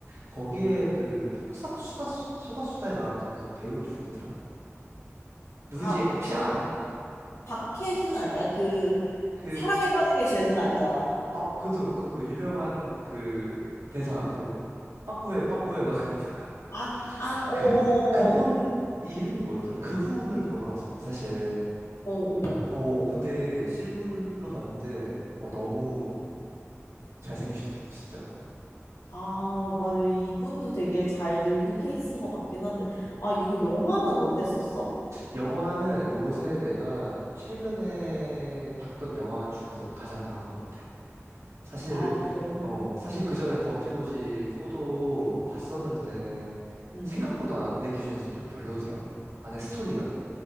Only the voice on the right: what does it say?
거기에 그 폭싹 소가수, 소가수다에 나왔던 그 배우 누구였더라? 누구지?
혹시
알아?
그
아, 그것도 그렇고 그 유명한 그 대사 그 빠꾸에 빠꾸에 막 <laughs>
그분, 그분
이름이 뭐였더라? 그분을 보러 갔었거든, 사실.
어, 근데 실물로 봤는데, 어, 너무 잘생기셨더라고, 진짜.
영화는 요새 내가 최근에 봤던 영화 중에서 가장 나은 것 같아. 사실,
어, 사실 그 전에 범죄도시 4도 봤었는데,
생각보다 내 기준에서는 좀 별로더라고. 안에 스토리가.